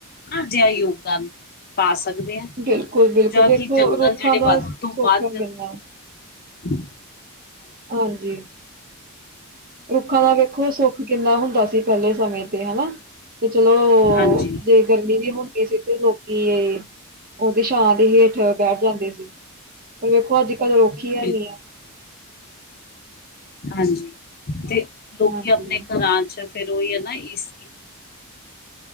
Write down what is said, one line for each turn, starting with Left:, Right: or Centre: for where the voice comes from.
Left: ਇਹੋ ਜਿਹਾ ਯੋਗਦਾਨ। ਪਾ ਸਕਦੇ ਹ
Right: ਬਿਲਕੁਲ
Left: ਔਰ ਦੂਜਾ
Right: ਬਿਲਕੁਲ ਵੇਖੋ
Left: ਕਿ ਜੰਗਲ
Right: ਰੁੱਖਾਂ
Left: ਜਿਹੜੇ
Right: ਦਾ
Left: ਵੱਧ
Right: ਸੌਖਾ
Left: ਤੋਂ ਵੱਧ
Right: ਕਿੰਨਾ
Left: ਹਮ।
Right: ਹਾਂਜੀ। ਰੁੱਖਾਂ ਦਾ ਵੇਖੋ ਸੁੱਖ ਕਿੰਨਾ ਹੁੰਦਾ ਸੀ ਪਹਿਲੇ ਸਮੇਂ ਤੇ ਹਨਾ। ਤੇ ਚਲੋ
Left: ਹਾਂਜੀ
Right: ਜੇ ਗਰਮੀ ਵੀ ਹੁੰਦੀ ਸੀ ਤੇ ਲੋਕੀ ਉਹਦੀ ਛਾਂ ਦੇ ਹੇਠ ਬੈਠ ਜਾਂਦੇ ਸੀ, ਪਰ ਵੇਖੋ ਅੱਜ ਕੱਲ ਰੁੱਖ ਹੈਨੀ
Left: ਬਿਲਕੁਲ
Right: ਆ।
Left: ਹਾਂਜੀ ਤੇ ਲੋਕੀ
Right: ਹਾਂਜੀ,
Left: ਆਪਣੇ ਘਰਾਂ ਚ ਫੇਿਰ ਉਹ ਹੈ ਨਾ ਏਸੀ।